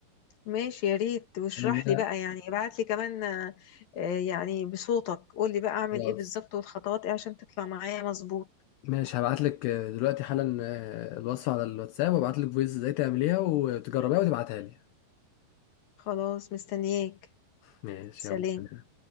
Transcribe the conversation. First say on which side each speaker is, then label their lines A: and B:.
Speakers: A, on the left (about 55°); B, on the left (about 75°).
A: ماشي يا ريت واشرح
B: ان انا
A: لي بقى يعني ابعت لي كمان آه، آه، يعني بصوتك قول لي بقى اعمل
B: خلاص
A: ايه بالظبط والخطوات ايه عشان تطلع معايا مظبوط
B: ماشي هبعت لك دلوقتي حالا آه، الوصفه على الواتساب وابعت لك فويس ازاي تعمليها وتجربيها وتبعتها لي
A: خلاص مستنياك
B: ماشي
A: سلام
B: يلا